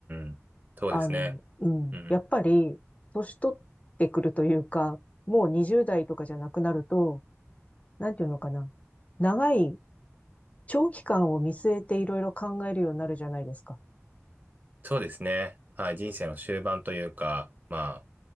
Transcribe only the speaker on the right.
ん。そうですね。
うん。
そうですね。はい。人生の終盤というか、ま